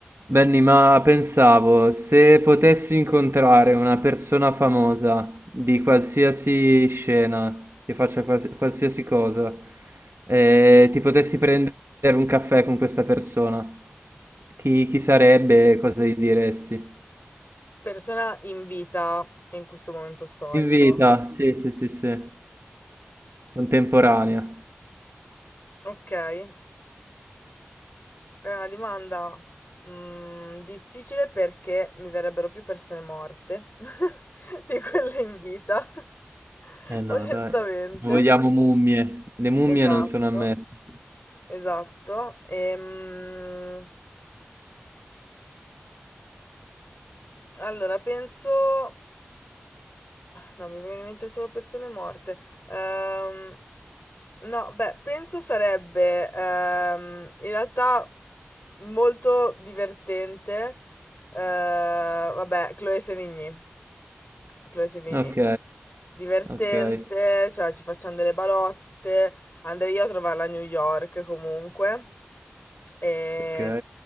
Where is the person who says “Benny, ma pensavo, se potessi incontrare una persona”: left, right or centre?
Right